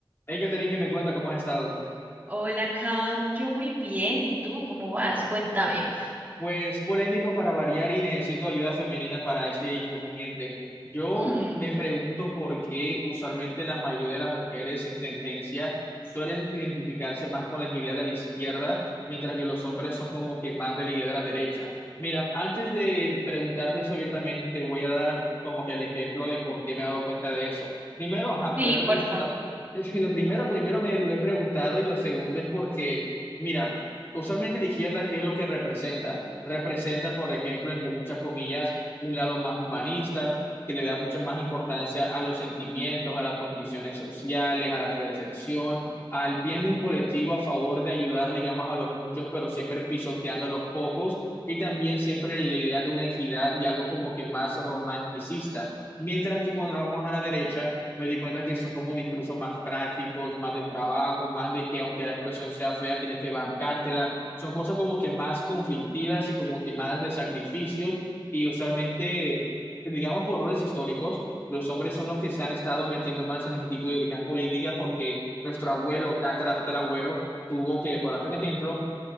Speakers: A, on the left; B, on the right.
A: Hey, Catherine, que me cuenta cómo has estado.
B: Hola, Cam. Yo muy bien. ¿Y tú cómo vas? Cuéntame.
A: Pues polémico para variar y necesito ayuda femenina para este inconveniente. Yo
B: Mm,
A: me pregunto por qué usualmente la mayoría de las mujeres en tendencia suelen identificarse más con la idea de la izquierda, mientras que los hombres son como que más de la idea de la derecha. Mira, antes de preguntarte eso abiertamente, te voy a dar como que el ejemplo de por qué me he dado cuenta de eso. Primero, ajá,
B: sí,
A: me he preguntado,
B: porfa.
A: <laughs> es que lo primero, primero me lo he preguntado y lo segundo es porque, mira, usualmente la izquierda, ¿qué es lo que representa? representa, por ejemplo, entre muchas comillas, un lado más humanista, que le da mucha más importancia a los sentimientos, a las condiciones sociales, a la percepción, al bien de un colectivo a favor de ayudar, digamos, a los muchos, pero siempre pisoteando a los pocos, y también siempre la idea de una equidad y algo como que más romanticista. Mientras que cuando vamos a la derecha, me di cuenta que son como discursos más prácticos, más de trabajo, más de que aunque la situación sea fea, tienes que bancártela son cosas como que más conflictivas y como que más de sacrificios y usualmente, digamos, por roles históricos, los hombres son los que se han estado metiendo más en ese tipo de ideologías políticas porque nuestro abuelo, tatara, tatarabuelo, tuvo que, por hacer un ejemplo,